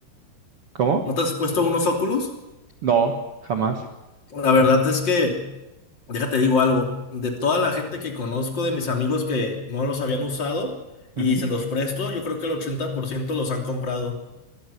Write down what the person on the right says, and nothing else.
¿Cómo?
No, jamás.
Ujú,